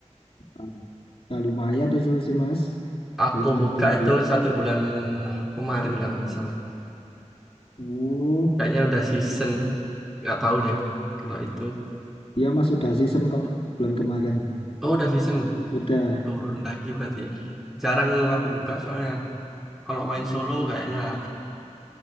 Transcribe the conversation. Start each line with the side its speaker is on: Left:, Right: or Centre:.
Left: Ah, Udah lumayan itu sih Mas,
Centre: Aku
Left: udah lumayan
Centre: buka
Left: tinggi.
Centre: itu satu bulan kemarin kalau nggak salah.
Left: Oh,
Centre: Kayaknya udah season, nggak tahu deh kalau itu.
Left: iya Mas sudah season kok bulan kemarin.
Centre: Oh udah season,
Left: Udah,
Centre: turun lagi berarti. Jarang aku buka soalnya. Kalau main solo gak enak.